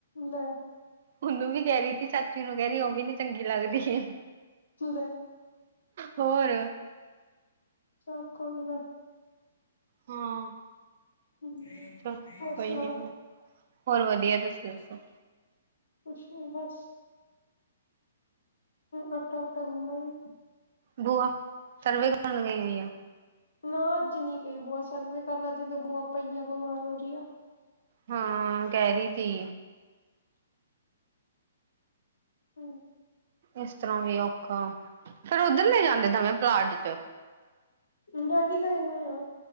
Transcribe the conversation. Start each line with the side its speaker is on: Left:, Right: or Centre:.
Left: ਲੈ
Right: ਓਨੂੰ ਵੀ ਕੈ ਰੀ ਥੀ ਚਾਚੀ ਨੂੰ ਕੈ ਰੀ ਓਹ ਵੀ ਨੀ ਚੰਗੀ ਲੱਗਦੀ।
Left: ਲੈ
Right: ਹੋਰ
Left: ਚੱਲ ਕੋਈ ਨਾ
Right: ਹਾਂ।
Left: ਹਮ,
Right: ਚਲ,
Left: ਹੋਰ
Right: ਕੋਈ
Left: ਸੁਣਾਓ
Right: ਨੀ ਹੋਰ, ਹੋਰ ਵਧੀਆ ਤੁਸੀਂ ਦੱਸੋ।
Left: ਕੁਛ ਨਈ ਬਸ ਹੋਰ ਆਟਾ ਉਟਾ ਗੁਨ ਲਿਆ ਜੀ
Right: ਬੂਆ, ਸਰਵੇ ਕਰਨ ਗਈ ਹੋਈ ਆ।
Left: ਨਾ ਅੱਜ ਨੀ ਗਈ ਬੂਆ ਸਰਵੇ ਕਰਨਾ ਅੱਜ ਤੇ ਬੁਆ ਪਈ ਆ ਬੁਮਾਰ ਹੋ ਰਈ ਆ।
Right: ਹਾਂ ਕੈ ਰੀ ਤੀ
Left: ਹਾਜ
Right: ਇਸ ਤਰ੍ਹਾਂ ਵੀ ਔਖਾ, ਫੇਰ ਓਧਰ ਨੀ ਜਾਂਦੇ ਦਵੇਂ ਪਲਾਟ ਚ
Left: ਡੈਡੀ ਗਏ ਹੋਏ ਆ,